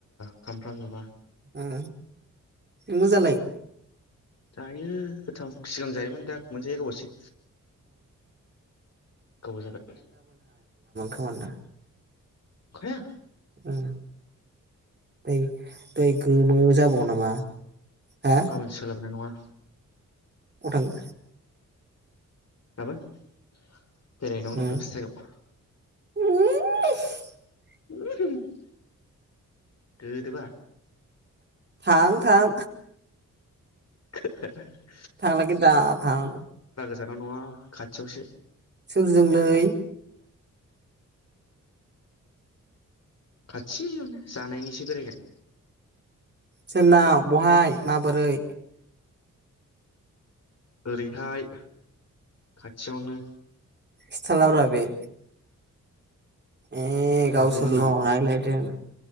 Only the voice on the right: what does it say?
उम नोंबोजालायो?
होमोनदा
ओम बै ओय गोमो जाबावो नामा? हा
अबाव थांनो
उम
<unintelligible>
थां थां
थांलागि दा थां
सोरजोंलै
सोरनाव बहाय? माबोरै?
खिथाला बारा बि उम गावसोरल'
रायलायदों।